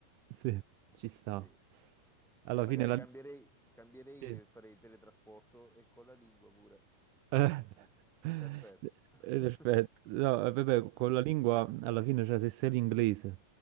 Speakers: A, on the right (about 75°); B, in the centre.
A: Sì, ci sta.
B: sì,
A: Alla
B: e magari
A: fine la...
B: cambierei, cambierei
A: sì.
B: e farei teletrasporto e con la lingua pure.
A: Eh,
B: Per-
A: eh,
B: Perfetto. <laughs>
A: Perfetto. No, eh, vabbè, con la lingua alla fine, cioè, se sei l'inglese,